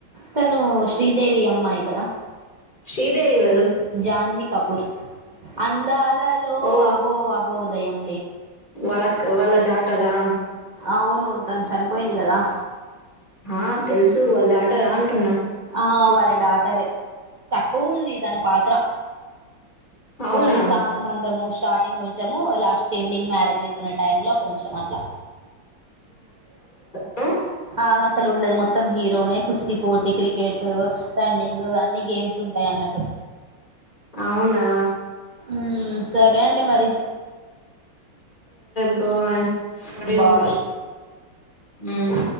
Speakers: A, on the right; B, on the left.
A: తను శ్రీదేవి అమ్మయి కదా
B: శ్రీదేవి ఎవరు
A: జాన్వీ కపూర్ అందలా లో
B: ఓ
A: అహో అహో దయం
B: వాళ్ళ క్ వాళ్ళ డాటరా?
A: అవును తను చనిపోయింది గదా
B: ఆ తెలుసు వాళ్ళ ఆట రా అంటున్నా.
A: ఆ వాళ్ళ డాటరే తక్కువ ఉంది తన పాత్ర
B: అవునా
A: ఓన్లీ సాంగ్ మందము స్టార్టింగ్ కొంచెము లాస్ట్ ఎండింగ్ మ్యారేజెస్ మన టైమ్లా కొంచెం అట్ల
B: అ
A: ఆ అసలు ఉండదు మొత్తం హీరోనే కుస్తీ పోటీ, క్రికెట్ ఓ రన్నింగ్ అన్ని గేమ్స్ ఉంటాయి అన్నట్టు
B: అవునా
A: మ్ సరే అండి మరి
B: టు వన్ మడియూ
A: బాయ్
B: ఉంది ఉంగా